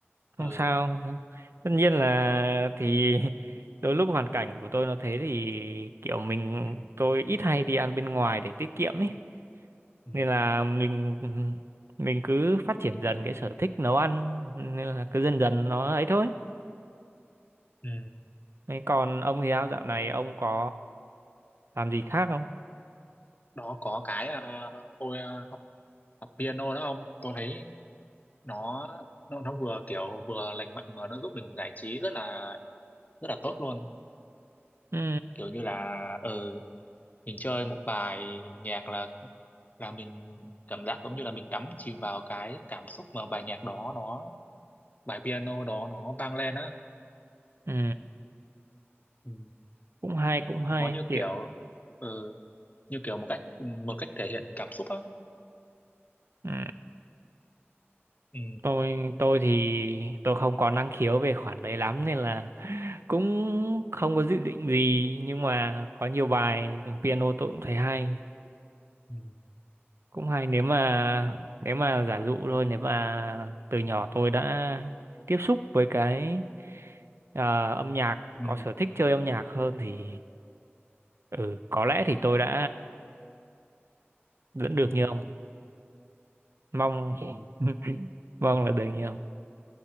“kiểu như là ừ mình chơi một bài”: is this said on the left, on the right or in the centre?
Left